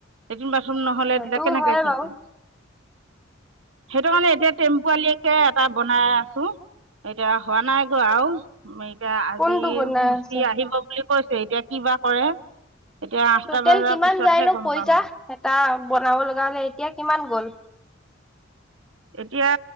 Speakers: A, on the right; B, in the centre.
A: লেটিন বাথৰুম। ৰুম নহ'লে
B: সেইটো
A: বেৰেক। এতিয়া
B: হয়
A: কি
B: বাৰু
A: কৰি। সেইটো কাৰণে এতিয়া টেম্পালিয়ে। লেটিন এটা বনাই আছো এতিয়া। হোৱা নাই গৌ আৰু এতিয়া আজি
B: কোনটো বনাই
A: মিস্ত্ৰী
B: আছে
A: আহিব বুলি। কৈছে এতিয়া কি বা কৰে। এতিয়া আঠটা
B: টোটেল
A: বজাৰ
B: কিমান
A: পিছতহে
B: যায়নো
A: গম
B: পইচা
A: পাম
B: এটা বনাব লগা হলে। এতিয়া কিমান গ'ল।
A: এতিয়া।